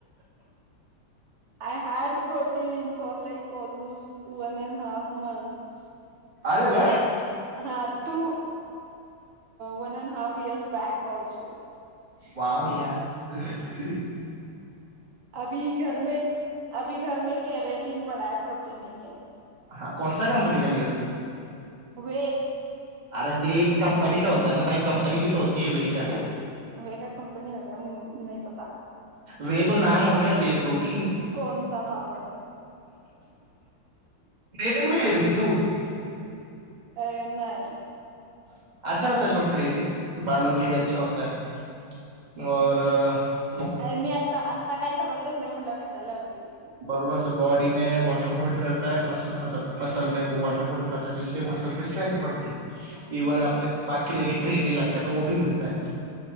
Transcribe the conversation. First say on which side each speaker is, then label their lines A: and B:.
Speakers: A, on the right; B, on the right.
A: I had pro fun for like almost one and half months
B: अरे भाय
A: हा two one a half years back also
B: wow यार घट घट
A: अभी घर मे अभी घर मे कॅरेट प्रोटन पडाय प्रोटीन नाहीे
B: हा कोणसा कंपनी का लियाता
A: व
B: अरे मी कंपनी का होत ना बाई
A: का
B: कंपनी बीच होत ते ब का
A: वे का कंपनी होता नाही पता
B: वे तो नाम होग्या वे प्रोटीन
A: कोणचा था बाई
B: रेटन भी ल र ती तू
A: अ नाही.
B: <unintelligible>
A: अरे मी आता आत्ता काय करत च नाही म्हटलं कशाला पिऊ.
B: <unintelligible>
A: मी.
B: <unintelligible> <unintelligible>
A: हम्म हम्म